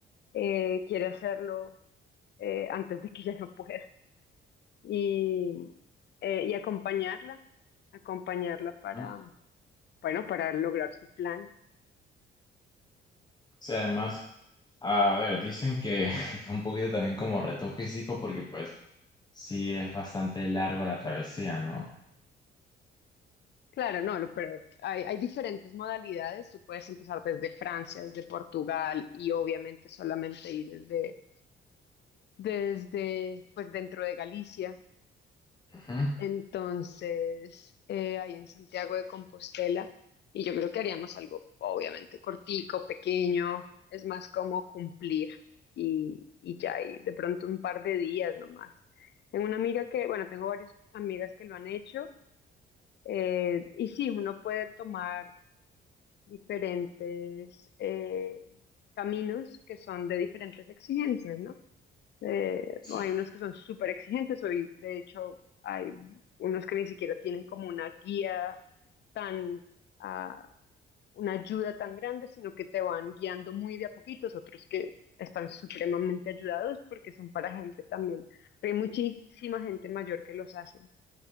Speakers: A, on the left (about 60°); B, on the left (about 20°).
A: eh, quiere hacerlo eh, antes de que ya no pueda. Y, eh, y acompañarla, acompañarla para,
B: Mm. O
A: bueno, para lograr su plan.
B: sea además, a ver, dicen que, <laughs> que es un poquito también como reto físico, porque pues sí es bastante largo la travesía, ¿no?
A: Claro, no, lo- pero hay, hay diferentes modalidades. Tú puedes empezar desde Francia, desde Portugal y obviamente solamente ir desde desde, pues dentro de Galicia,
B: Ujú.
A: entonces eh, ahí en Santiago de Compostela, y yo creo que haríamos algo obviamente cortico, pequeño, es más como cumplir y, y ya, y de pronto un par de días nomás. Tengo una amiga que, bueno, tengo varias amigas que lo han hecho, eh, y sí, uno puede tomar diferentes eh, caminos que son de diferentes exigencias, ¿no? Eh,
B: Sí.
A: no, hay unos que son súper exigentes, hoy de hecho hay unos que ni siquiera tienen como una guía tan, ah, una ayuda tan grande, sino que te van guiando muy de a poquitos, otros que están supremamente ayudados porque son para gente también. Pero hay muchísima gente mayor que los hace.